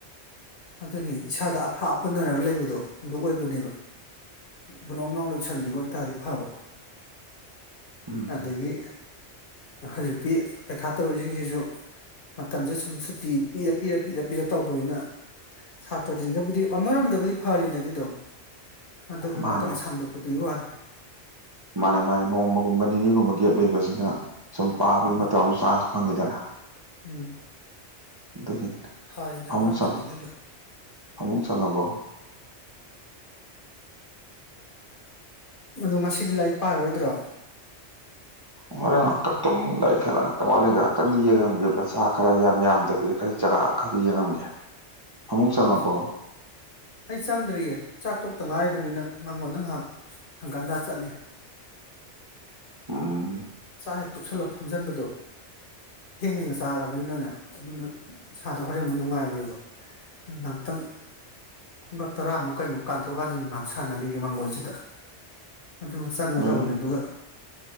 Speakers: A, on the left; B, on the right.
A: ꯑꯗꯨꯅꯤ ꯏꯁꯥꯗ ꯑꯐꯥ ꯑꯞꯄꯟꯅꯔꯒ ꯂꯩꯕꯗꯣ ꯑꯗꯨ ꯑꯣꯏꯕꯅꯦꯕ ꯒꯂꯎ ꯅꯥꯎ ꯂꯣꯏꯁꯟꯈꯤꯕ ꯑꯣꯏꯇꯥꯔꯗꯤ ꯐꯕ
B: ꯎꯝ
A: ꯑꯗꯒꯤ ꯍꯧꯖꯤꯛꯇꯤ ꯄꯩꯈꯥ ꯇꯧꯔꯤꯁꯤꯡꯁꯤꯁꯨ ꯃꯇꯝꯁꯦ ꯁꯨꯝ ꯁꯨꯇꯤ ꯄꯤꯔ ꯄꯤꯔ ꯄꯤꯔ ꯄꯤꯔ ꯇꯧꯕꯅꯤꯅ ꯁꯥꯇ꯭ꯔꯁꯤꯡꯗꯕꯨꯗꯤ ꯑꯃꯔꯣꯝꯗꯕꯨꯗꯤ ꯐꯔꯤꯅꯦ ꯑꯗꯨꯗꯣ ꯑꯗꯨꯕꯨ
B: ꯃꯥꯅꯦ
A: ꯃꯇꯝ ꯁꯥꯡꯗꯣꯛꯄꯗꯨꯒꯤ ꯋꯥꯅꯤ
B: ꯃꯥꯅꯦ ꯃꯥꯅꯦ ꯅꯣꯡꯃꯒꯨꯝꯕ ꯅꯤꯅꯤꯒꯨꯝꯕ ꯒꯦꯞ ꯂꯩꯕꯁꯤꯅ ꯁꯨꯝ ꯄꯥꯕꯒꯤ
A: ꯎꯝ
B: ꯃꯇꯝ ꯑꯃ ꯆꯥꯟꯁ ꯐꯪꯉꯦꯗꯅꯥ
A: ꯎꯝ
B: ꯗꯈꯤꯅ
A: ꯐꯔꯤꯅꯦ
B: ꯐꯨꯃꯨꯡ
A: ꯑꯃꯔꯣꯝꯗꯗꯤ
B: ꯆꯪ
A: ꯑꯗꯨꯗꯣ
B: ꯐꯪꯃꯨꯡ ꯆꯪꯑꯕꯣ
A: ꯑꯗꯣ ꯉꯁꯤꯗꯤ ꯂꯥꯏꯔꯤꯛ ꯄꯥꯔꯔꯣꯏꯗ꯭ꯔꯣ
B: ꯍꫭꯔ‌ꯦꯟ ꯉꯥꯏꯍꯥꯛꯇꯪ ꯇꯨꯝꯃꯝ ꯗꯥꯏ ꯈꯔꯥ ꯉꯛꯇꯪꯋꯠꯂꯤ ꯉꯥꯛꯇꯪꯗꯤ ꯌꯦꯡꯉꯝꯒꯦ ꯃꯁꯆꯥ ꯈꯔ ꯌꯥꯝ ꯌꯥꯝꯗꯕꯤꯗ ꯈꯔ ꯖꯒꯥ ꯈꯔꯗꯤ ꯌꯦꯡꯉꯝꯒꯦ ꯐꯃꯨꯡ ꯆꯪꯉꯕꯣ
A: ꯎꯝ ꯑꯩ ꯆꯪꯗ꯭ꯔꯤꯌꯦ ꯆꯥꯛꯊꯣꯛꯇ ꯉꯥꯏꯔꯤꯕ ꯑꯗꯨꯅꯤꯅ ꯃꯉꯣꯟꯗ ꯉꯥꯏꯍꯥꯛ ꯍꯪꯀꯥꯟꯗ ꯆꯠꯂꯤ
B: ꯑꯥ
A: ꯆꯥꯛ ꯍꯦꯛ ꯇꯣꯛꯁꯜꯂ ꯐꯝꯖꯟꯕꯗꯣ ꯊꯦꯡꯅꯒ ꯆꯥꯔꯕꯅꯤꯅꯅꯦ ꯑꯗꯨꯅ ꯏꯁꯥꯗ ꯍꯣꯔꯦꯃꯨꯛ ꯅꯨꯡꯉꯥꯏꯔꯣꯏꯕ ꯉꯥꯏꯍꯥꯛꯇꯪ ꯈꯨꯡꯀ ꯇꯔꯥꯃꯨꯛ ꯀꯩꯃꯨꯛ ꯀꯥꯟꯊꯣꯛꯀꯥꯟꯁꯤꯗ ꯉꯥꯏꯍꯥꯛ ꯁꯥꯟꯅꯈꯤꯒꯦ ꯃꯥꯡꯒꯣꯟꯁꯤꯗ ꯑꯗꯨ ꯆꯪꯒꯗꯧꯕꯅꯦ
B: ꯅꯣꯏꯒꯤ
A: ꯑꯗꯨꯒ